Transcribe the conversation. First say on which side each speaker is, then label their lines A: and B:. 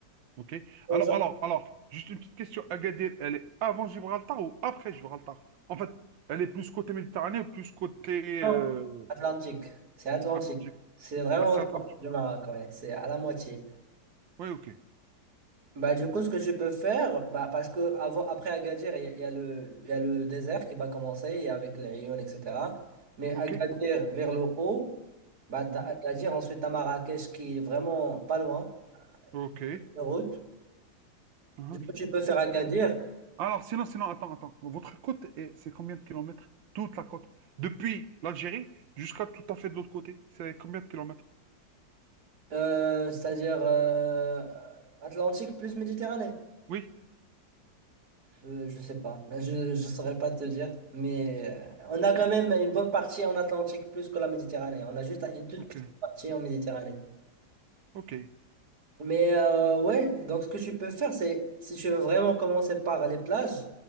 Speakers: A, on the right; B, on the right.
A: OK.
B: Et
A: Alors, alors, alors, juste une petite question. Agadir, elle est avant Gibraltar ou après Gibraltar? En fait, elle est plus côté Méditerranée ou plus côté
B: j'entends
A: euh,
B: Atlantique, c'est Atlantique.
A: Atlantique?
B: C'est vraiment
A: Ah, c'est
B: au centre
A: Atlantique.
B: du Maroc, ouais, c'est à la moitié.
A: Oui, OK.
B: Bah, du coup, ce que je peux faire, bah, parce que avant, après Agadir, il y, a il y a le, il y a le désert qui va commencer et avec les Aïounes, etc. Mais Agadir
A: OK.
B: vers le haut, bah, t'as
A: Mhm.
B: Agadir, ensuite t'as Marrakech qui est vraiment pas loin, euh,
A: OK.
B: de route.
A: Mhm.
B: Du coup, tu peux faire
A: Et
B: Agadir,
A: si- si- si. Alors, sinon, sinon, attends, attends. Votre côte, est- c'est combien de kilomètres? Toute la côte. Depuis l'Algérie jusqu'à tout à fait de l'autre côté. C'est combien de kilomètres?
B: euh, c'est-à-dire euh, Atlantique plus Méditerranée.
A: Oui.
B: Euh, je sais pas, je ne saurais pas te dire, mais euh, on a quand même une bonne partie en Atlantique plus que la Méditerranée. On a juste une toute
A: OK.
B: petite partie en Méditerranée.
A: OK.
B: Mais euh, ouais, donc ce que tu peux faire, c'est si tu veux vraiment commencer par les plages, ce